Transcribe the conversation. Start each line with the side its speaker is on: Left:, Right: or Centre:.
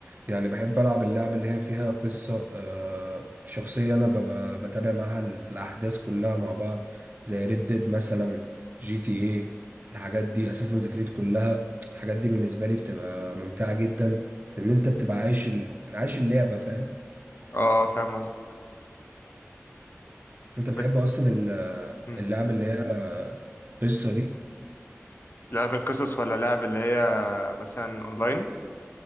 Right: يعني بحب العب اللعب اللي هي فيها قصة آه، شخصية انا ببقى بتابع معاها ال- الاحداث كلها مع بعض زي ريد ديد مثلا جي تي ايه الحاجات دي اساسن كريد كلها الحاجات دي بالنسبة لي بتبقى ممتعة جدا لان انت بتبقى عايش ال... عايش اللعبة فاهم
Left: اه آه، فاهم قصدك
Right: انت
Left: طب
Right: بتحب
Left: إنت-
Right: اصلا ال-
Left: مم.
Right: اللعب اللي هي قصة دي
Left: لعب القصص ولا لعب اللي هي مثلا اونلاين